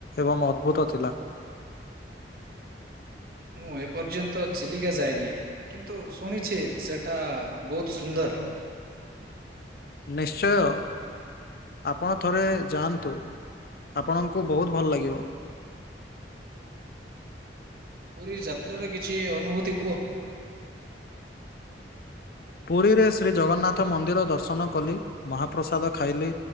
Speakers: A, on the left; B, on the right.
A: ଏବଂ ଅଦ୍ଭୁତ ଥିଲା।
B: ମୁଁ ଏପର୍ଯ୍ୟନ୍ତ ଚିଲିକା ଯାଇନି କିନ୍ତୁ ଶୁଣିଛି ସେଟା ବହୁତ ସୁନ୍ଦର।
A: ନିଶ୍ଚୟ। ଆପଣ ଥରେ ଯାଆନ୍ତୁ ଆପଣଙ୍କୁ ବହୁତ ଭଲ ଲାଗିବ।
B: ପୁରୀ ଯାତ୍ରାରେ କିଛି ଅନୁଭୂତି କୁହ?
A: ପୁରୀରେ ଶ୍ରୀ ଜଗନ୍ନାଥ ମନ୍ଦିର ଦର୍ଶନ କଲି। ମହାପ୍ରସାଦ ଖାଇଲି।